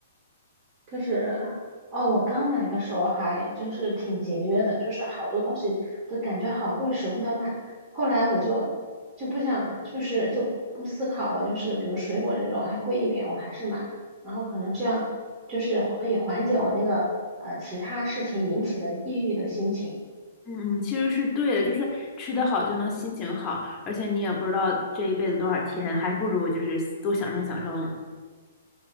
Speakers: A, on the right; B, on the left.
A: 就是哦，我刚来的时候还就是挺节约的，就是好多东西都感觉好贵，舍不得买。后来我就就不想，就是就不思考了，就是比如水果这种，哎，贵一点我还是买。然后可能这样就是可以缓解我那个呃其他事情引起的抑郁的心情。
B: 嗯嗯，其实是对的，就是吃得好就能心情好，而且你也不知道这一辈子多少天，还不如就是多享受享受呢。